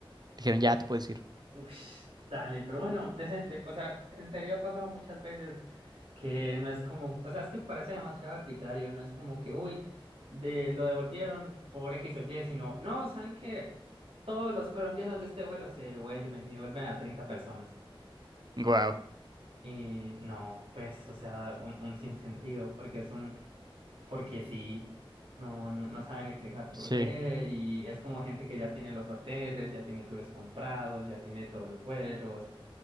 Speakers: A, on the right; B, on the right.
A: Dijeron, ya te puedes ir.
B: Ush, dale, pero bueno, decente. O sea, en serio ha pasado muchas veces que no es como, o sea, es que parece demasiado arbitrario, no es como que, uy, de lo devolvieron por X o Y, sino, no, saben que todos los colombianos de este vuelo se devuelven y devuelven a 30 personas.
A: Wow.
B: Y no, pues, o sea, un, un sinsentido, porque es un, porque sí, no, no, no saben explicar por
A: Sí.
B: qué, y es como gente que ya tiene los hoteles, ya tiene tours comprados, ya tiene todos los vuelos